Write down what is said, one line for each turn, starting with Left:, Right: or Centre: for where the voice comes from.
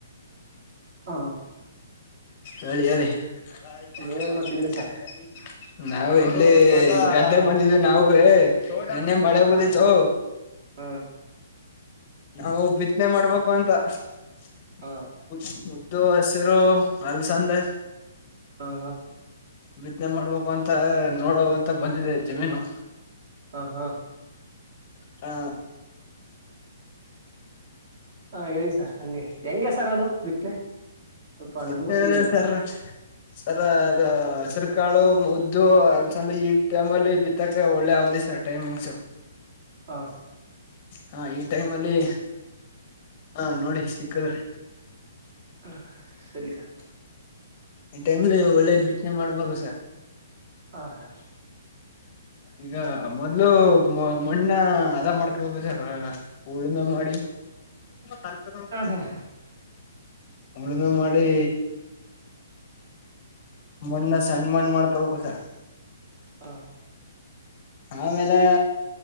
Right: ಹ
Left: ಹೇಳಿ ಹೇಳಿ.
Right: ನೀವೇನ್
Left: <inaudible>
Right: ಮಾಡ್ತಿದ್ರಿ ಸರ್
Left: ನಾವ. ಅಲ್ಲಿ ಗದ್ದೆಗೆ ಬಂದಿದ್ವಿ ನಾವೇ. <inaudible> ನನ್ನೆ ಮಳೆ
Right: ಹ
Left: ಹೂದಿತ್ತು.
Right: ಹಾ ಹ
Left: ನಾವು ಬಿತ್ತನೆ ಮಾಡ್ಬೇಕು ಅಂತ. ಹದ.
Right: ಹ
Left: ಇದು ಹಸಿರು ಅಲ್ಸಂದ.
Right: ಹಾ ಹಾ.
Left: ಬಿತ್ತನೆ ಮಾಡ್ಬೇಕ ಅಂತ ನೋಡ ಅಂತ ಬಂದಿದೆ ಜಮೀನು.
Right: ಹಾ ಹಾ.
Left: ಹಾ.
Right: ಹಾ ಹೇಳಿಸ ಹಂಗೆ. ಹೆಂಗೆ ಸರ್ ಅದು ಬಿತ್ನೆ ಸ್ವಲ್ಪ
Left: ಬಿತ್ತನೆ
Right: ನಮಗೂಸ.
Left: ಸರ್ ಸರ್ ಅದ ಹಸರು ಕಾಳು ಮುದ್ದು ಅಲ್ಸಂದ್ರೆ ಈಟ್ ಟೈಮಲ್ಲಿ ಬಿತ್ತಕ ಒಳ್ಳೆ ಅವದಿ ಸರ್ ಟೈಮಿಂಗ್ಸು.
Right: ಹಾ
Left: ಹಾ ಈ ಟೈಮ್ ಅಲ್ಲಿ ಹ ನೋಡಿ ಸಿಕ್ಕದ್ರಿ.
Right: ಹಾ ಸರಿ ಸಾರ್
Left: ಇ ಟೈಮ್ಲ್ಲಿ ಒಳ್ಳೆ ಬಿಸನೆ ಮಾಡಬಹುದು ಸರ್.
Right: ಹ ಹಾ
Left: ಈಗ ಮೊದ್ಲು ಮಣ್ಣ ಅದ ಮಾಡ್ಕೊು ಸರ್ ಹೂಳನ ಮಾಡಿ. ಕರ್ಕ.
Right: ಸರ್
Left: ಉಳುಮೆ ಮಾಡಿ ಮಣ್ಣ ಸಣ್ಣ್ಮಣ್ಣ ಮಾಡ್ಕೊಬೇಕು ಸರ್.
Right: ಹಾ
Left: ಆಮೇಲೆ.